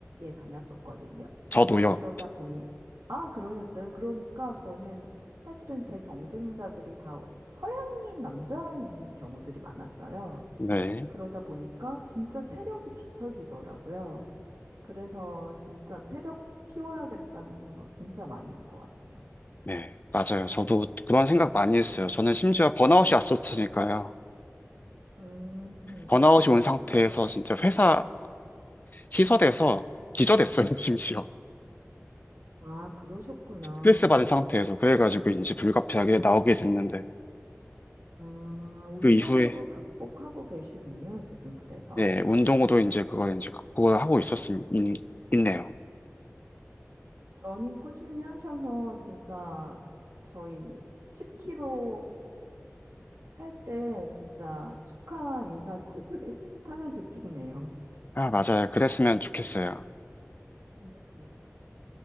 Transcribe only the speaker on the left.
저도요.
네,
네, 맞아요. 저도 그런 생각 많이 했어요. 저는 심지어 번아웃이 왔었으니까요.
번아웃이 온 상태에서 진짜 회사 시설에서 기절했어요, <laughs> 심지어.
스트레스 받은 상태에서. 그래가지고 이제 불가피하게 나오게 됐는데,
그 이후에,
네, 운동으로 이제 그걸 이제 극복을 하고 있었음, 있, 있네요.
아, 맞아요. 그랬으면 좋겠어요.